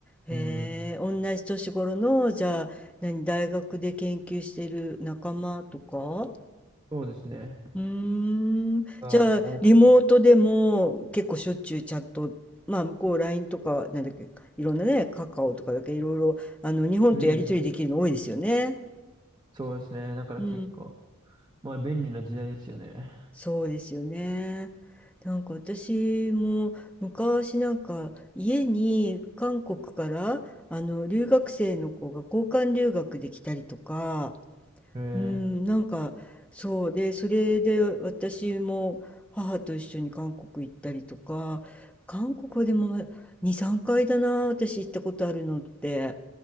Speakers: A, in the centre; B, on the right (about 20°).
A: へえ、
B: うん、
A: 同じ年頃の、じゃあ、何、大学で研究している仲間とか
B: <laughs> そうですね。
A: うーん、
B: が多く、
A: じゃあ、リモートでも結構しょっちゅうチャット、まあ、向こう LINE とか、なんだっけ、いろんなね、カカオとかだけいろいろ、あの、日本とやりとりできるの多いですよね。
B: うん、そうですね。だから結構。
A: うん。
B: まあ、便利な時代ですよね。
A: そうですよね。なんか私も昔なんか家に韓国からあの留学生の子が交換留学で来たりとか、
B: えー、
A: うん、なんかそうで、それで私も母と一緒に韓国行ったりとか、韓国はでも2、3回だな、私行ったことあるのって。